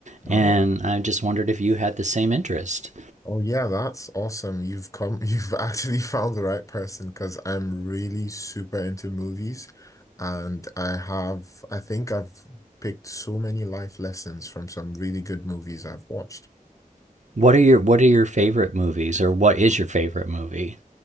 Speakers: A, on the right; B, on the left.
A: and
B: Oh,
A: I just wondered if you had the same interest.
B: oh yeah, that's awesome. You've come, <laughs> you've actually found the right person because I'm really super into movies and I have, I think I've picked so many life lessons from some really good movies I've watched.
A: What are your What are your favorite movies, or what is your favorite movie?